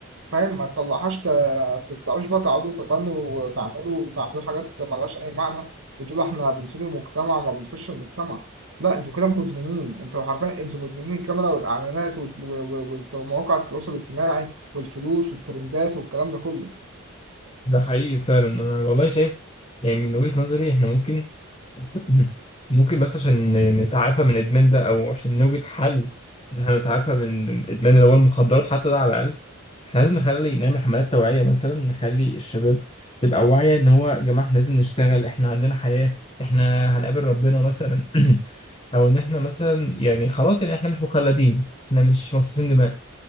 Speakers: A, on the right; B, on the left.
A: فاهم ما تطلعهاش ت- تطلعوش بقى تقعدوا تغنوا وتعملوا وتعملوا حاجات ملهاش أي معنى بتقولوا إحنا بنفيد المجتمع وما بنفيدش المجتمع لا انتوا كده مدمنين انتوا حرفيا انتوا مدمنين الكاميرا والاعلانات وال- و- و- ومواقع التواصل الاجتماعي والفلوس والترندات والكلام ده كله
B: ده حقيقي فعلا انا والله شايف يعني من وجهه نظري احنا ممكن <laughs> ممكن بس عشان نتعافى من الإدمان ده أو عشان نوجد حل إن إحنا نتعافى من الإدمان اللي هو المخدرات حتى ده على الأقل إحنا لازم نخلي نعمل حملات توعية مثلا نخلي الشباب تبقى واعية إن هو يا جماعة إحنا لازم نشتغل إحنا عندنا حياة إحنا هنقابل ربنا مثلا <clears throat> أو إن إحنا مثلا يعني خلاص يعني إحنا مش مخلدين إحنا مش مصاصين دماء